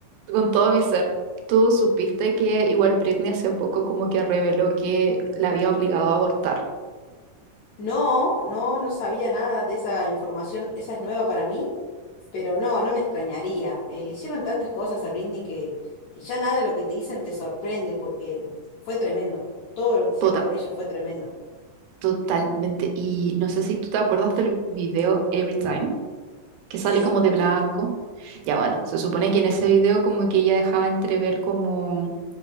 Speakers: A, on the right (about 85°); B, on the left (about 75°).
A: Con todo mi ser. Tú supiste que igual Britney hace poco como que reveló que la había obligado a abortar.
B: No, no, no sabía nada de esa información, esa es nueva para mí, pero no, no me extrañaría. Eh, le hicieron tantas cosas a Britney que, que ya nada de lo que te dicen te sorprende porque fue tremendo. Todo lo que hicieron
A: Total,
B: con ella fue tremendo.
A: totalmente. Y no sé si tú te acuerdas del video Every Time, que sale
B: Sí,
A: como de blanco. Ya bueno, se supone que en ese video como que ella dejaba entrever como